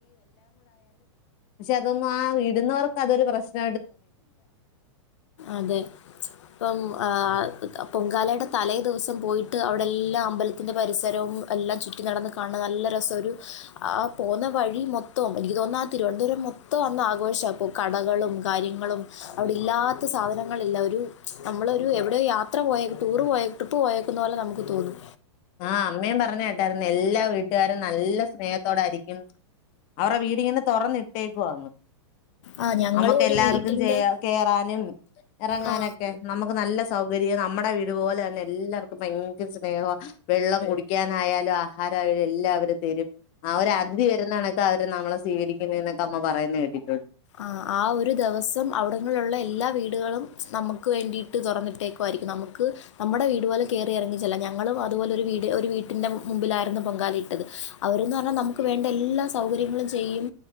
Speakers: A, on the left; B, on the left.
A: പക്ഷെ അതൊന്നും ആ വിടുന്നവർക്ക് അതൊരു പ്രശ്ന
B: അതെ ഇപ്പം ആ പൊങ്കാലെടെ തലേ ദിവസം പോയിട്ട് അവിടെ എല്ലാം അമ്പലത്തിന്റെ പരിസരവും എല്ലാം ചുറ്റി നടന്ന് കാണണ നല്ല രസം ഒരു ആ പോന്ന വഴി മൊത്തോം എനിക്ക് തോന്നുന്നു ആ തിരുവനന്തപുരം മൊത്തം അന്ന് ആഘോഷാ ഇപ്പ കടകളും കാര്യങ്ങളും അവിടില്ലാത്ത സാധനങ്ങളില്ല ഒരു നമ്മളൊരു എവിടെയോ യാത്ര പോയ ടൂറ് പോയ ട്രിപ്പ് പോയേക്കുന്ന പോലെ നമുക്ക് തോന്നും.
A: ആഹ് അമ്മയും പറഞ്ഞ കേട്ടായിരുന്നു എല്ലാ വീട്ടുകാരും നല്ല സ്നേഹത്തോടാരിക്കും അവർ വീടിങ്ങനെ തുറന്നിട്ടേക്കുവാന്ന്.
B: ആ ഞങ്ങൾ
A: നമുക്ക്
B: ഒരു
A: എല്ലാർക്കും
B: വീട്ടിൻ്റെ
A: ചെയ കേറാനും എറങ്ങാനൊക്കെ
B: ആ
A: നമു നല്ല സൗകര്യം നമ്മടെ വീട് പോലെ തന്നെ എല്ലാർക്കും ഭയങ്കര സ്നേഹവാ വെള്ളം കുടിക്കാനായാലും ആഹാരായാലും എല്ല അവര് തരും. അവര് അതിഥി വരുന്നണക്ക അവര് നമ്മളെ സ്വീകരിക്കുന്നെന്നക്ക അമ്മ പറയുന്ന കേട്ടി
B: ആഹ് ആ ഒരു ദെവസം അവിടങ്ങളുള്ള എല്ലാ വീടുകളും നമുക്ക് വേണ്ടിയിട്ട് തുറന്നിട്ടേക്കു ആയിരിക്കും. നമുക്ക് നമ്മുടെ വീട് പോലെ കയറി ഇറങ്ങിച്ചെല്ല ഞങ്ങളും അതുപോലെ ഒരു വീട് ഒരു വീട്ടിന്റെ മുമ്പിലായിരുന്നു പൊങ്കാല ഇട്ടത്. അവരന്ന് പറഞ്ഞാ നമുക്ക് വേണ്ട എല്ലാ സൗകര്യങ്ങളും ചെയ്യും.